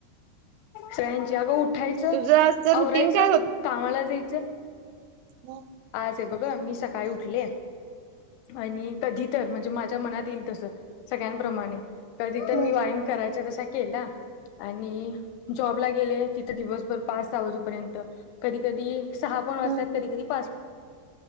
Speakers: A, on the left; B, on the right.
A: फ्र्यांची अगं उठ उठायचं
B: तुझं आजचं रुटीन
A: आवरायचं
B: काय
A: कामाला जायचं
B: ह
A: आज बघ मी सकाळी उठले आणि कधी तर म्हणजे माझ्या मनात येईल तस सगळ्यांप्रमाणे कधी तर
B: हम्म
A: मी व्यायाम करायचा कस केला आणि जॉब ला गेले तिथे दिवस पाच वाजपर्यंत कधी कधी सहा पण वार्षात
B: हम्म
A: कधी कधी घरी